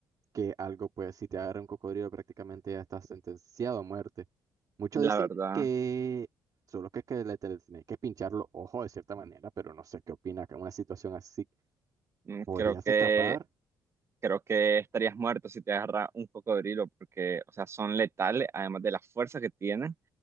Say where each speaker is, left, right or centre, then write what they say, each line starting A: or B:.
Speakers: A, on the right; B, on the right.
A: que algo, pues, si te agarra un cocodrilo prácticamente ya estás sentenciado a muerte. Muchos
B: La
A: dicen
B: verdad,
A: que solo que, que le te- tenés que pinchar los ojos de cierta manera, pero no sé qué opinas, que una situación así,
B: mm,
A: ¿podrías
B: creo que,
A: escapar?
B: creo que estarías muerto si te agarra un cocodrilo, porque, o sea, son letales, además de la fuerza que tienen.